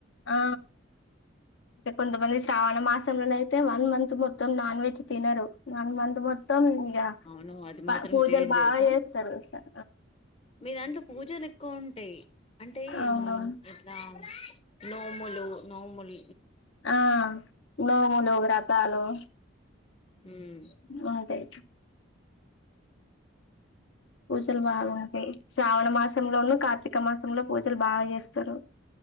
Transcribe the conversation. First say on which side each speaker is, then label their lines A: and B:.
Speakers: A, on the left; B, on the left.
A: ఆ కొంత మంది స్ శ్రావణ మాసంలోన అయితే వన్ మంత్ మొత్తం నాన్ వెజ్ తినరు వన్ మంత్ మొత్తం యా
B: అవును అది మాత్రం
A: పూజలు
B: గ్రేట్
A: బాగా
B: తెలుసా
A: చేస్తారు అసల
B: మీ దాంట్లో పూజలు ఎక్కువ ఉంటాయి అంటే
A: అవును
B: ఇట్లా నోములు నోముల్
A: ఆ నోములు వ్రతాలు
B: మ్మ్
A: బావుంటాయి పూజలు బాగుంటాయి శ్రావణ మాసంలోనూ కార్తీక మాసంలో పూజలు బాగా చేస్తారు